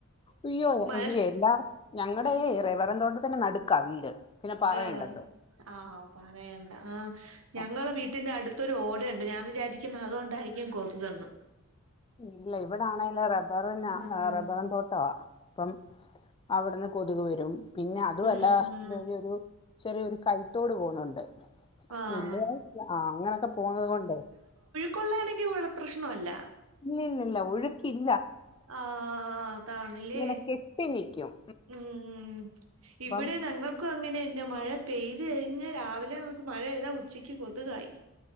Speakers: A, on the left (about 25°); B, on the right (about 70°).
A: അയ്യോ
B: മഴ
A: അയോ എല്ലാട് ഞങ്ങടെ റവറും തോട്ടത്തിന്റെ നടുക്കാ വീട് പിന്നെ പറയണ്ടല്ലോ
B: ആഹ് ആമ് പറയണ്ട ആഹ് ഞങ്ങളെ
A: ആഹ്
B: വീട്ടിന്റെ അടുത്തൊരു ഓടെൺ ഞാൻ വിചാരിക്കുന്ന അതുകൊണ്ടാരിക്കും കൊതുകെന്ന്
A: ഇല്ല ഇവിടാണെല് റബ്ബറിന
B: ആഹ്
A: റബ്ബറും തോട്ടവാ അപ്പം അവിടുന്ന് കൊതുക് വരും പിന്നെ അതുവല്ല
B: ഉം ഉം
A: ഇത് വഴിയൊരു ചെറിയൊരു കൈത്തോട് പോന്നുണ്ട്
B: ആഹ്
A: വല്യതായി ആ അങ്ങനൊക്കെ പോണത് കൊണ്ടേ
B: കൊള്ളണെങ്കി ഇവിട പ്രശ്നവല്ല
A: നിന്നില്ല ഒഴുക്കിൽ
B: ആഹ് അതാണല്ലേ
A: ഇങ്ങനെ കെട്ടി നിക്കും
B: ഉം
A: അപ്പം
B: ഇവിടെ ഞങ്ങക്കും അങ്ങനെതന്നെ മഴ പെയ്തു കഴിഞ്ഞാൽ രാവിലെ അങ്ങോട്ട് മഴ പെയ്താ ഉച്ചക്ക് കൊതുകായി